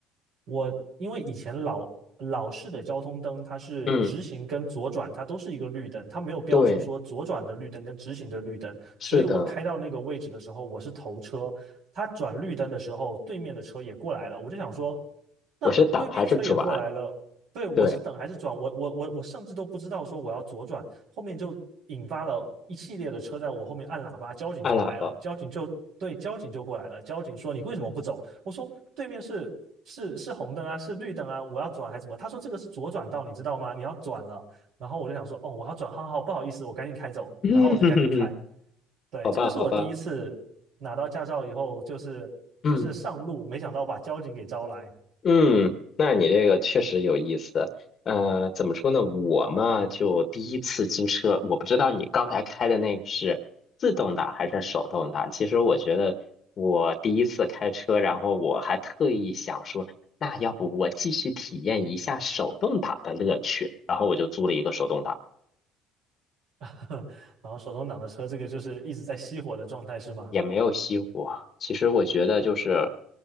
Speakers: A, on the right; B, on the left.
A: 我因为以前老老式的交通灯，它是直行跟左转，
B: 嗯，
A: 它都是一个绿灯，它没有标出说左转的绿灯跟直行的绿灯，
B: 对，是的，
A: 所以我开到那个位置的时候，我是头车，它转绿灯的时候，对面的车也过来了，我就想说，那对面车也过来了，
B: 我是挡还是转？
A: 对，我是等还是转？
B: 对，
A: 我我我我甚至都不知道说我要左转，后面就引发了一系列的车在我后面按喇叭，交警就来了，
B: 按喇叭。
A: 交警就对，交警就过来了，交警说你为什么不走？我说对面是是是红灯啊，是绿灯啊，我要转还是怎么？他说这个是左转道，你知道吗？你要转了。然后我就想说，哦，我要转，好好，不好意思，我赶紧开走。
B: <laughs> 嗯，
A: 然后我就赶紧开。对，
B: 好吧，
A: 这个是我第一次拿到驾照以后，
B: 好吧，
A: 就是就是上路，
B: 嗯。
A: 没想到把交警给招来，
B: 嗯，那你这个确实有意思。呃，怎么说呢？我嘛，就第一次租车，我不知道你刚才开的那个是自动挡还是手动挡。其实我觉得我第一次开车，然后我还特意想说，那要不我继续体验一下手动挡的乐趣，然后我就租了一个手动挡。
A: <laughs> 然后手动挡的车，这个就是一直在熄火的状态，是吗？
B: 也没有熄火。其实我觉得就是，